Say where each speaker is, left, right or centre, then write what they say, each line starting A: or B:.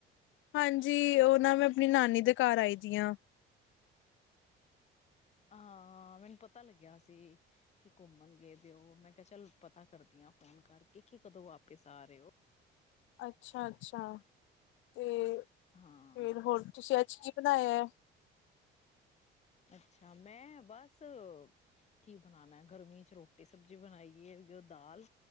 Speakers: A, on the left; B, on the left.
A: ਹਾਂਜੀ ਉਹ ਨਾ ਮੈਂ ਆਪਣੀ ਨਾਨੀ ਦੇ ਘਰ ਆਈ ਦੀ ਆ।
B: ਹਾਂ ਮੈਨੂੰ ਪਤਾ ਲੱਗਿਆ ਸੀ ਕਿ ਘੁੰਮਣ ਗਏ ਦਿਓ ਮੈਂ ਕਿਹਾ ਚੱਲ ਪਤਾ ਕਰਦੀ ਹਾਂ ਫੋਨ ਕਰਕੇ ਕੀ ਕਦੋਂ ਵਾਪਿਸ ਆ ਰਹੇ ਹੋ।
A: ਅੱਛਾ-ਅੱਛਾ ਤੇ
B: ਹਾਂ
A: ਫੇਰ ਹੋਰ ਤੁਸੀ ਅੱਜ ਕੀ ਬਣਾਇਆ।
B: ਅੱਛਾ ਮੈਂ ਬਸ ਕੀ ਬਣਾਉਣਾ ਗਰਮੀ ਚ ਰੋਟੀ ਸਬਜ਼ੀ ਬਣਾਈਏ ਜੋ ਦਾਲ